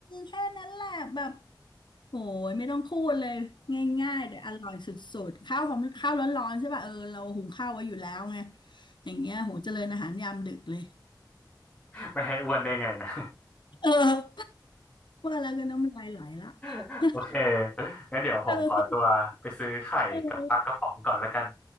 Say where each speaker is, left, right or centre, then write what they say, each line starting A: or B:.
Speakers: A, on the left; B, on the left.
A: แค่นั้นแหละแบบ โหยไม่ต้องพูดเลยง่ายๆแต่อร่อยสุดๆข้าวหอมข้าวร้อนๆใช่ป่ะเออเราหุงข้าวไว้อยู่แล้วไงอย่างเงี้ยโหเจริญอาหารยามดึกเลย
B: <laughs> ไม่ให้อ้วนได้ไงนะ
A: เออว่าแล้วก็น้ำลายไหลละ
B: <laughs>
A: <laughs>
B: โอเคงั้นเดี๋ยวผมขอตัวไปซื้อไข่กับปลากระป๋องก่อนละกัน
A: เออเออ